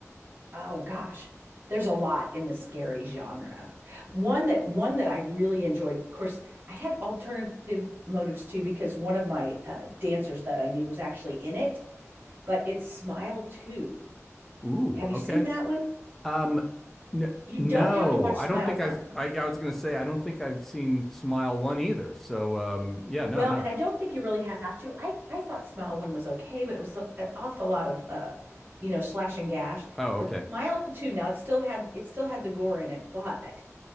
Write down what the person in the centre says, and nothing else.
Ooh,
okay.
Um, n
no,
I
don't think
I, I. yeah, I was gonna say I don't think I've seen Smile One either. So, um, yeah, no,
no.
Oh,
okay.